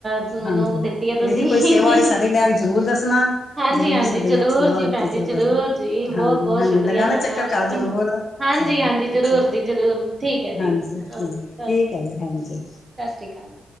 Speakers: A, on the right (about 20°); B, on the left (about 45°).
A: ਸ ਮੈਨੂੰ
B: ਹਾਂਜੀ
A: ਦਿੱਤੀ ਏ ਤੂਸੀ,
B: ਇਹਦੀ
A: ਹੀਂ-ਹੀਂ-ਹੀਂ,
B: ਕੋਈ ਸੇਵਾ ਹੋਏ ਸਾਡੇ ਲੈ ਕੇ ਜ਼ਰੂਰ ਦੱਸਣਾ
A: ਹਾਂਜੀ-ਹਾਂਜੀ,
B: ਜ਼ਰੂਰ ਸਾਡੇ
A: ਜਰੂਰ
B: ਲੈ ਕੇ ਸੇਵਾ
A: ਜੀ-ਭੈਣ-ਜੀ,
B: ਹੋਏ ਤੇ ਜ਼ਰੂਰ
A: ਜਰੂਰ।
B: ਦੱਸਣਾ
A: ਜੀ ਬੋਤ-ਬੋਤ
B: ਹਾਂਜੀ ਹਾਂਜੀ
A: ਸ਼ੁਕਰੀਆ
B: ਲਗਾਣਾ
A: ਤਾਡਾ,
B: ਚੱਕਰ ਘਰ ਜ਼ਰੂਰ ਅੱਛਾ
A: ਹਾਂਜੀ-ਹਾਂਜੀ,
B: ਅੱਛਾ,
A: ਜਰੂਰ-ਜੀ-ਜਰੂਰ। ਠੀਕ ਹੈ ਜੀ,
B: ਹਾਂਜੀ
A: ਓਕ,
B: ਠੀਕ ਠੀਕ
A: ਓਕੇ।
B: ਹੈ ਜੀ ਹਾਂਜੀ।
A: ਸਸ਼੍ਰੀ ਕਾਲ।